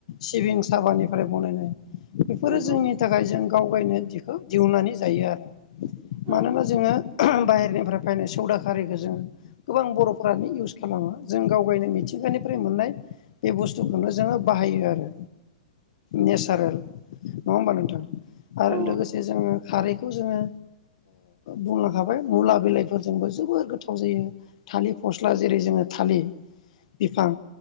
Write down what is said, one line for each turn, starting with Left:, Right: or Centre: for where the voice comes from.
Left: सिबिं साबानिफ्राय बानायनाय बेफोरो
Right: नंगौ
Left: जोंनि थाखाय जों गावगायनो बिखौ दिहुननानै जायो आरो
Right: औ
Left: मानोना जोंङो बाहेरनिफ्राय फैनाय सदा खारैखौ जोंङो गोबां बर'फोरानो इउस खालामो जों गाव गावनो मिथिंगानिफ्राय मोननाय बे बुस्थुखौनो जोंङो बाहायो आरो नेचारेल नङा होमबा नोंथां आरो
Right: औ
Left: लोगोसे जोङो खारै खौ जोङो बुंलांखाबाय मुला बिलाइफोरजोंबो जोबोर गोथाव जायो थालिर फस्ला जेरै जोङो थालिर बिफां